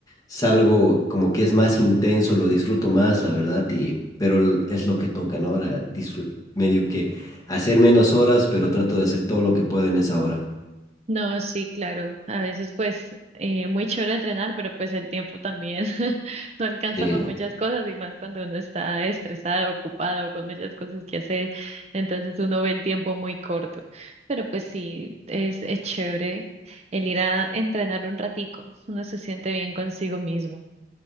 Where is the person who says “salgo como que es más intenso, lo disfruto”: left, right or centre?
Left